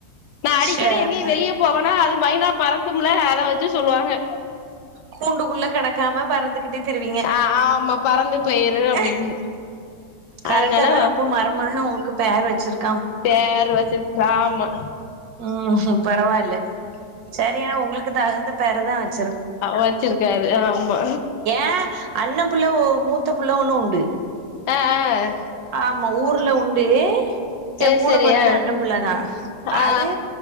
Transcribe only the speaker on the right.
சேர்தா
கூண்டுக்குள்ள கெடக்காம பறந்துக்குட்டு த்ருவீங்க
அ கரெக்டா
தா அப்போ மர மக உங்குளுக்கு பேர் வச்சிருக்
ம் பரவால்ல சரி ஆனா உங்களுக்கு தகுந்த பேருதா வச்சு
அ அண்ண பிள்ள மூத்த புள்ள ஒன்னு உண்டு
ஆமா ஊர்ல உண்டு
எ கூட
பொறந்த
அண்ண பிள்ள தா
அது